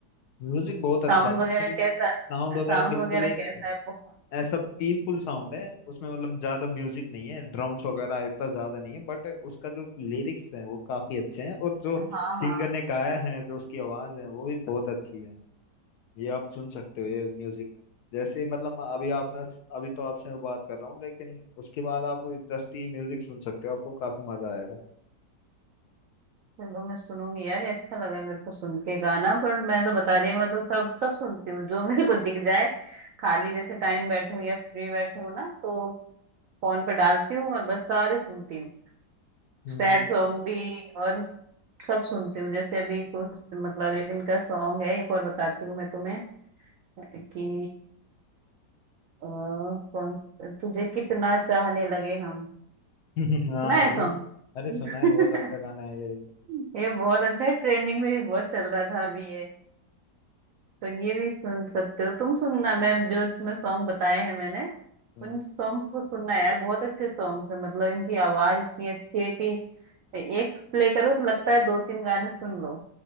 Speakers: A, on the left (about 70°); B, on the right (about 75°).
A: म्यूजिक बहुत अच्छा
B: साउंड
A: है
B: वगैरह
A: पर
B: कैसा
A: साउंड वगैरह
B: साउंड
A: बिल्कुल
B: वगैरह
A: एक
B: कैसा है बहुत-
A: ऐसा पीसफुल साउंड है उसमें मतलब ज्यादा म्यूजिक नहीं है ड्रम्स वगैरह इतना ज्यादा नहीं है बट उसका जो लिरिक्स है वो काफी अच्छे हैं और जो
B: हाँ
A: सिंगर
B: हाँ
A: ने गाया है जो उसकी आवाज है वो भी बहुत अच्छी है ये आप सुन सकते हो ये म्यूजिक जैसे मतलब अभी आप मैं अभी तो आपसे मैं बात कर रहा हूँ लेकिन उसके बाद आप जस्ट ये म्यूजिक सुन सकते हो आपको काफी मजा आएगा
B: चलो मैं सुनूंगी यार ये अच्छा लगा मेरे को सुन के गाना पर मैं तो बता रही हूँ मैं तो सब सब सुनती हूँ जो मेरे को दिख जाए खाली जैसे टाइम बैठूं या फ्री बैठे हूँ ना तो फोन पे डालती हूँ और बस सारे सुनती हूँ
A: हम्म
B: सैड सॉन्ग भी और सब सुनती हूँ जैसे अभी कुछ मतलब एक इनका सॉन्ग है एक और बताती हूँ मैं तुम्हें कि अ, कौन तुझे कितना चाहने लगे हम
A: <laughs> हाँ
B: सुना है
A: ये
B: सॉन्ग
A: अरे
B: <laughs>
A: सुना है बहुत अच्छा गाना है ये
B: ये बहुत अच्छा है ट्रेंडिंग में भी बहुत चल रहा था अभी ये तो ये भी सुन सकते हो तुम सुनना मैं जो तुम्हें सॉन्ग बताए हैं मैंने
A: हम्म
B: उन सॉन्ग्स को सुनना यार बहुत अच्छे सॉन्ग्स है मतलब इनकी आवाज इतनी अच्छी है कि एक प्ले करो तो लगता है दो तीन गाने सुन लो